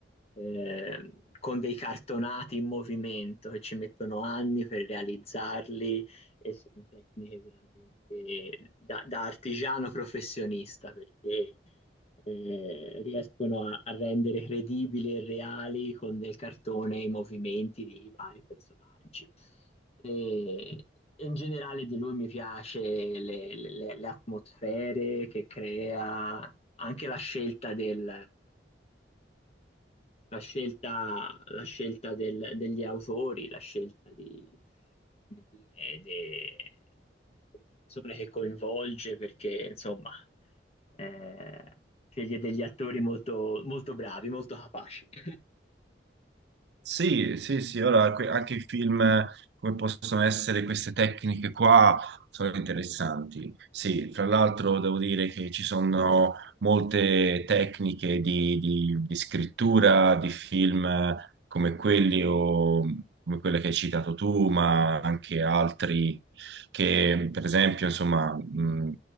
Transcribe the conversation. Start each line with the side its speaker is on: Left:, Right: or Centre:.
Left: eh, con dei cartonati in movimento che ci mettono anni per realizzarli e sono tecniche veramente da da artigiano professionista perché eh, riescono a, a rendere credibili e reali con del cartone i movimenti di vari personaggi. E in generale di lui mi piace le, le- le atmosfere che crea, anche la scelta del, la scelta, la scelta del- degli autori, la scelta di, come dire, de- delle persone che coinvolge, perché insomma eh, sceglie degli attori molto, molto bravi, molto capaci. <laughs>
Right: Sì, sì, sì, ora que- anche i film eh, come possono essere queste tecniche qua sono interessanti. Sì, fra l'altro devo dire che ci sono molte tecniche di, di- di scrittura di film eh, come quelli o come quella che hai citato tu, ma anche altri che per esempio, insomma, mh,